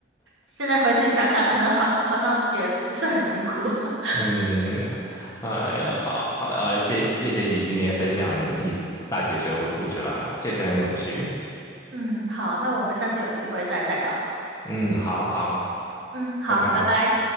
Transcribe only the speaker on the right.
现在回去想想，可能好像好像也不是很辛苦。<laughs>
嗯，好，那我们下次有机会再再聊。
嗯，好，
拜拜。